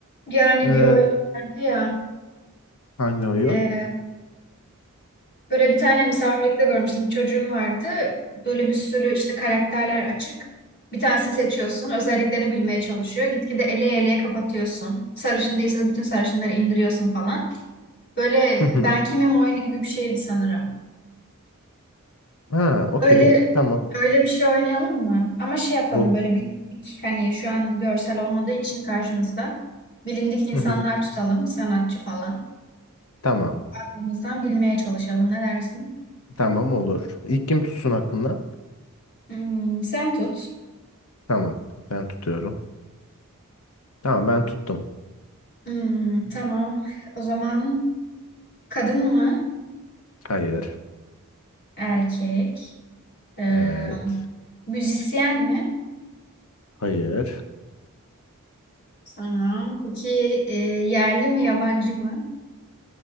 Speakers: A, on the left; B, on the left.
A: Yani
B: Ee,
A: bir oyun vardı ya.
B: hangi oyun?
A: e, böyle bir tane misafirlikte görmüştüm. Bir çocuğun vardı. Böyle bir sürü işte karakterler açık. Bir tanesini seçiyorsun. Özelliklerini bilmeye çalışıyor. Gitgide eleye eleye kapatıyorsun. Sarışın değilse bütün sarışınları indiriyorsun falan. Böyle
B: Hı hı.
A: ben kimim oyunu gibi bir şeydi sanırım.
B: Ha, okey.
A: Öyle
B: Tamam.
A: öyle bir şey oynayalım mı? Ama şey yapalım
B: Ol-
A: böyle bilindik hani şu an görsel olmadığı için karşımızda bilindik insanlar
B: Hı hı.
A: tutalım sanatçı falan.
B: Tamam.
A: Aklımızdan bilmeye çalışalım ne dersin?
B: Tamam olur. İlk kim tutsun aklına?
A: Hmm, sen tut.
B: Tamam. Ben tutuyorum. Tamam ben tuttum.
A: Hmm, tamam. O zaman kadın mı?
B: Hayır.
A: Erkek. Ee,
B: Evet.
A: müzisyen mi?
B: Hayır.
A: Tamam. Peki e, yerli mi yabancı mı?